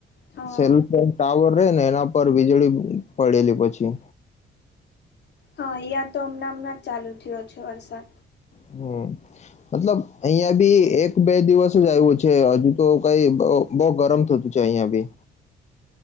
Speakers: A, on the left (about 60°); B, on the left (about 35°).
A: હા
B: સેલફોન ટાવર રે ને એના પર વીજળી પડેલી પછી
A: હા અહીંયા તો હમણાં હમણાં જ ચાલુ થયો છે વરસાદ.
B: હમ મતલબ અહિયાં બી એક બે દિવસ જ આવ્યું છે હજુ તો કઈ બવ ગરમ થતું છે અહીંયા બી